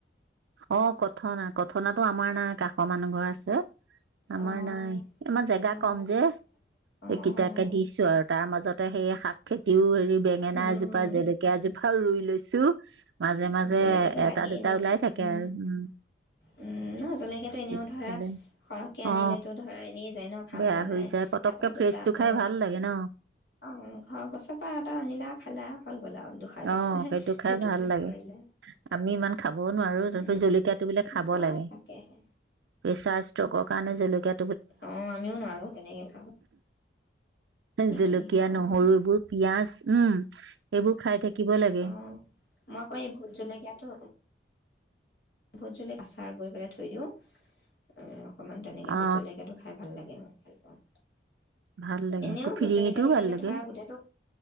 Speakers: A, on the right (about 70°); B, on the left (about 65°).
A: অঁ কথনা, কথনাতো আমাৰ নাই কাষৰ মানুহ ঘৰৰ আছে। আমাৰ
B: অ',
A: নাই, আমাৰ জেগা
B: অ',
A: কম যে
B: অ',
A: এইকেইটাকে দিছো আৰু তাৰ মাজত। ত সেই শাক খেতিও হেৰি বেঙেনা
B: উম,
A: এজোপা জলকীয়া এ জোপাও ৰুই লৈছো, মাজে-মাজে
B: জলকীয়াটো
A: এটা
B: লাগেই
A: দুটা
B: ন
A: ওলাই থাকে।
B: উম,
A: আৰু উম
B: উম নহয় জলকীয়াটো ইনেও
A: পিছফালে
B: ধৰা সৰহকৈ আনিলেতো
A: অ
B: ধৰা এনে খাওতা
A: বেয়া হৈ
B: নাই,
A: যায় পতককে
B: এটা দুটা
A: ফ্ৰেচটো খাই
B: অ,
A: ভাল লাগে ন
B: অ ঘৰৰ গছৰ পৰা নিলা খালা হৈ গ'ল আৰু। দুসাঁজ
A: অঁ, সেইটো খাই
B: দুটুকুৰা
A: ভাল লাগে,
B: কৰিলে
A: আমি ইমান খাই খাবও নোৱাৰোঁ, <unintelligible>
B: উম,
A: জলকীয়াত <unintelligible> খাব
B: অ',
A: লাগে,
B: তাকেহে
A: প্ৰেচাৰ ষ্ট্ৰ'কৰ কাৰনে জলকীয়া
B: অঁ আমিও নোৱাৰো তেনেকে খাব। নেকি
A: জলকীয়া
B: অ',
A: নহৰু এইবোৰ পিয়াজ উম এইবোৰ থাকিব লাগে
B: অঁ মই আকৌ এই ভূতজলেকীয়াতো ভূতজলকীয়াৰ আচাৰ কৰি পেলাই থৈ দিওঁ অকমান তেনেকে
A: অ
B: ভোট জলকীয়াটো খাই ভাল লাগে, ভাল পাওঁ,
A: ভাল লাগে
B: এনেও
A: আকৌ ফিৰিঙিটোও
B: ভোট জলকীয়াটো আনিলে
A: ভাল লাগে
B: ধৰা গোটটোক,